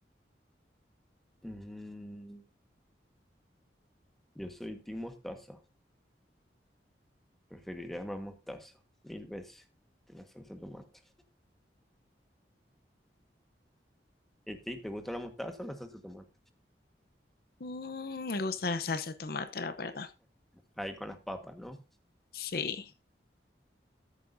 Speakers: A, in the centre; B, on the left (about 55°).
A: Mm, Yo soy Team Mostaza. Preferiría más mostaza, mil veces, que la salsa de tomate. ¿Y ti, te gusta la mostaza o la salsa de tomate?
B: Mm, me gusta la salsa de tomate, la verdad.
A: Ahí con las papas, ¿no?
B: Sí.